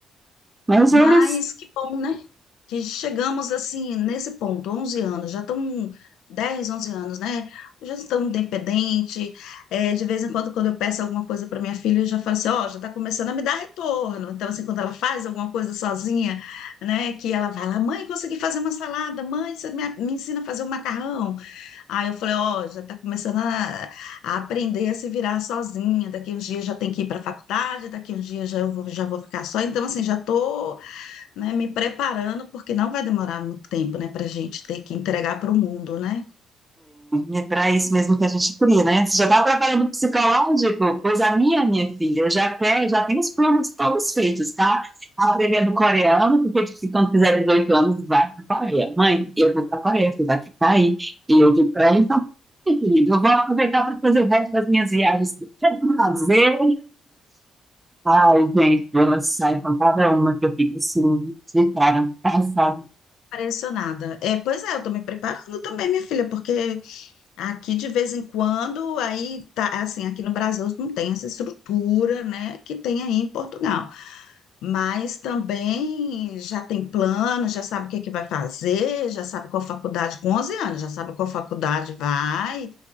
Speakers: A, on the right; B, on the left.
A: mas eles
B: Mas que bom, né? Que chegamos assim nesse ponto, 11 anos, já estão 10 11 anos, né? Já estão independente. é, de vez em quando, quando eu peço alguma coisa para minha filha, eu já falo assim: ó, já está começando a me dar retorno. Então, assim, quando ela faz alguma coisa sozinha, né, que ela vai lá, mãe, consegui fazer uma salada, mãe, você me, me ensina a fazer um macarrão. Aí eu falei: ó, já está começando a, a aprender a se virar sozinha. Daqui uns dias já tem que ir para a faculdade, daqui uns dias já, eu vou, já vou ficar só. Então, assim, já estou né, me preparando, porque não vai demorar muito tempo, né, para a gente ter que entregar para o mundo, né?
A: É, é para isso mesmo que a gente cria, né? Você já está trabalhando psicológico? Pois a minha, minha filha, já quer, já tem os planos todos feitos, tá? Tá Aprendendo coreano, porque se quando fizer 18 anos, vai para a Coreia. Mãe, eu vou para a Coreia, tu vai ficar aí. E eu digo para ela, então, meu querido, eu vou aproveitar para fazer o resto das minhas viagens. que eu quero fazer. Ai, gente, elas saem com cada uma que eu fico assim, de cara, passada.
B: Impressionada. É, pois é, eu tô me preparando também, minha filha, porque aqui de vez em quando, aí tá assim, aqui no Brasil não tem essa estrutura, né, que tem aí em Portugal. Mas também já tem plano, já sabe o que é que vai fazer, já sabe qual faculdade, com 11 anos, já sabe qual faculdade vai.